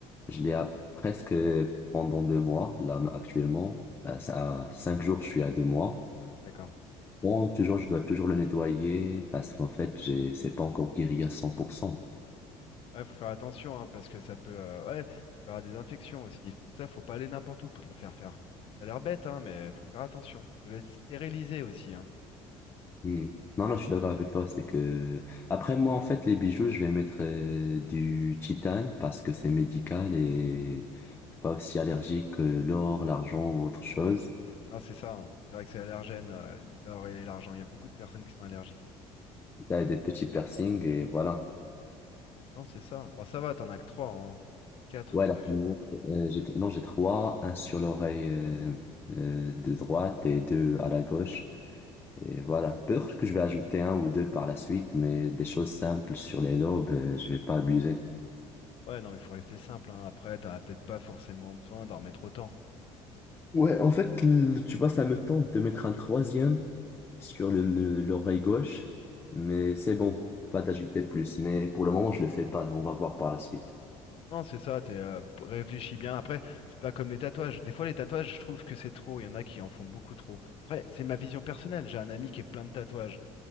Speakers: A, on the left (about 20°); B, on the left (about 50°).
A: Je l'ai à presque euh, pendant deux mois. Là, actuellement, à, à cinq jours, je suis à deux mois.
B: D'accord.
A: Bon, toujours, je dois toujours le nettoyer parce qu'en fait, j'ai, c'est pas encore guéri à 100%.
B: Ouais, faut faire attention, hein, parce que ça peut. euh, ouais, tu peux avoir des infections aussi. faut- Ça, faut pas aller n'importe où pour te le faire faire. Ça a l'air bête, hein, mais faut faire attention. Ça doit être stérilisé aussi, hein.
A: Hmm. Non, non, je suis d'accord avec toi. C'est que après moi, en fait, les bijoux, je vais mettre euh, du titane parce que c'est médical et pas aussi allergique que l'or, l'argent ou autre chose.
B: Non, c'est ça. hein. C'est vrai que c'est allergène, euh, l'or et l'argent. Il y a beaucoup de personnes qui sont allergiques.
A: Ça a des petits piercings et voilà.
B: Non, c'est ça. Bon, ça va, t'en as que 3 hein. 4,
A: Ouais,
B: t'as pas
A: là,
B: fait.
A: euh, j'ai, non, j'ai trois, un sur l'oreille euh, euh, de droite et deux à la gauche. Et voilà. Peut-être que je vais ajouter un ou deux par la suite, mais des choses simples sur les lobes, euh, je vais pas abuser.
B: Ouais, non, mais faut rester simple, hein. Après, t'as peut-être pas forcément besoin d'en mettre autant.
A: Ouais, en fait, l- tu vois, ça me tente de mettre un troisième sur le, le- l'oreille gauche, mais c'est bon, pas d'ajouter plus. Mais pour le moment, je le fais pas. On va voir par la suite.
B: Non, c'est ça, t'es, euh, p- réfléchis bien. Après, c'est pas comme les tatouages. Des fois, les tatouages, je trouve que c'est trop. Il y en a qui en font beaucoup trop. Après, c'est ma vision personnelle. J'ai un ami qui est plein de tatouages.